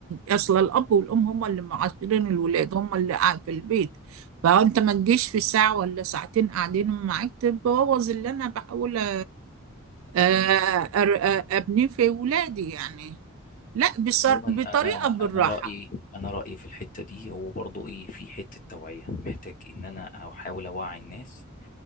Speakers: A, on the right (about 70°); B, on the left (about 40°).
A: اصل الاب والام هم اللي معاشرين الولاد هم اللي قاعد في البيت فانت ما تجيش في ساعه ولا ساعتين قاعدين معاك تبوظ اللي انا بحاول أ- أر- أ- ابنيه في ولادي يعني لا بصر...
B: عموما
A: بطريقه
B: انا
A: بالراحه
B: انا رايي انا رايي في الحته دي هو برضو ايه في حته توعيه محتاج ان انا احاول اوعي الناس